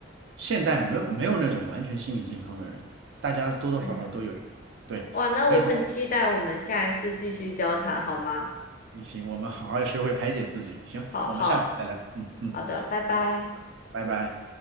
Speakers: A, on the right; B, on the left.
A: 现在没有没有那种完全心理健康的人，大家多多少少都有一点。
B: 是，
A: 对，
B: 哇，那我很期待我们下一次继续交谈，
A: 所以说
B: 好吗？
A: 行，我们好好学会排解自己。行，
B: 好好
A: 我们下次再聊。嗯嗯，
B: 好的，拜拜。
A: 好，拜拜。